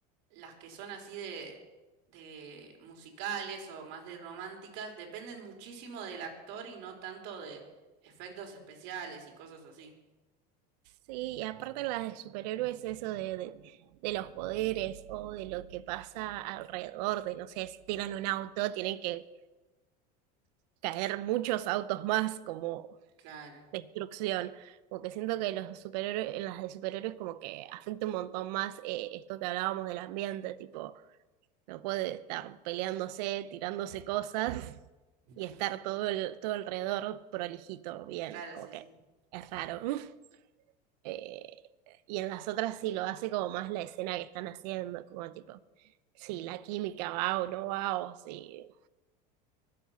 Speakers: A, on the right; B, on the right.
A: las que son así de, de musicales o más de románticas dependen muchísimo del actor y no tanto de efectos especiales y cosas así.
B: Sí, y aparte las de superhéroes, eso de, de, de los poderes o de lo que pasa alrededor, de no sé, si tiran un auto, tienen que caer muchos autos más como
A: Claro,
B: destrucción. Como que siento que los superhéroes, en las de superhéroes como que afecta un montón más eh, esto que hablábamos del ambiente, tipo, no puede estar peleándose, tirándose cosas
A: <laughs>
B: y estar todo, el, todo alrededor prolijito, bien,
A: claro,
B: como
A: sí,
B: que
A: sí.
B: es raro. <laughs> Eh, y en las otras sí lo hace como más la escena que están haciendo, como tipo, si la química va o no va, o si